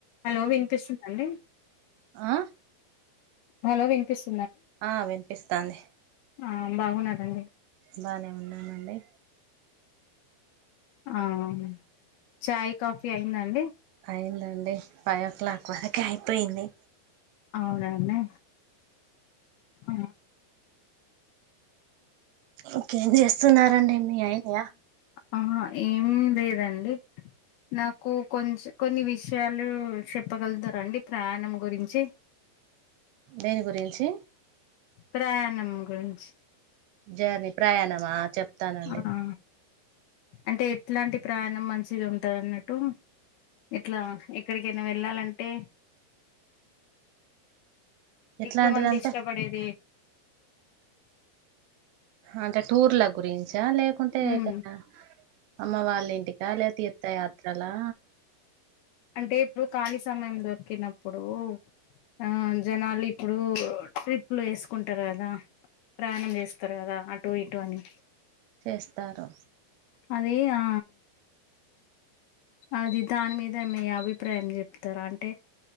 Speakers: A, on the left (about 70°); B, on the right (about 75°).
A: హలో వినిపిస్తుంద అండి
B: ఆ
A: హలో వినిపిస్తు
B: ఆ వినిపిస్తాంది
A: ఆ బాగున్నార అండి
B: బానే ఉన్నానండి
A: ఆ అవును చాయ్ కాఫీ అయింద అండి
B: అయిందండి ఫైవ్ ఓ క్లాక్ వరకే అయిపోయింది
A: అవునా అండి ఆ
B: ఇంకేం చేస్తున్నారండి మియ్యి అయినయా
A: అహ ఏం లేదండి నాకు కొంచ కొన్ని విషయాలు చెప్పగలుగుతరా అండి ప్రయాణం గురించి
B: దేని గురించి
A: ప్రయాణం గురించి
B: జర్నీ ప్రయాణమా చెప్తానండి
A: ఆ అంటే ఎట్లాంటి ప్రయాణం మంచిగ ఉంటది అన్నట్టు ఇట్లా ఎక్కడికైనా వెళ్ళాలంటే
B: ఎట్లాంటిదంటే
A: ఎక్కువమంది ఇష్టపడేది
B: అంటే టూర్ల గురించా లేకుంటే
A: ఉమ్
B: ఏటన్న అమ్మ వాళ్ళ ఇంటికా లెక తీర్తయాత్రలా
A: అంటే ఇప్పుడు కాలీ సమయం దొరికినప్పుడు ఆ జనాలు ఇప్పుడు ట్రిప్లు వేసుకుంటారు కదా ప్రయాణం చేస్తారు కదా అటు ఇటు అని
B: చేస్తారు
A: అది ఆ అది దాని మీద మీ అభిప్రాయం చెప్తార అంటే